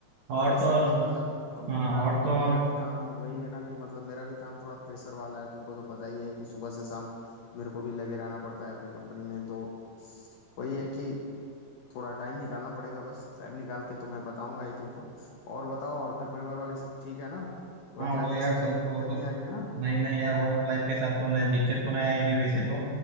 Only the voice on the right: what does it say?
और
तो और
हाँ
और
तो और
हाँ वो
यार
सब
तो कुछ
नहीं नहीं यार वर्क लाइफ के साथ तो नहीं दिक्कत तो नहीं आएगी वैसे तो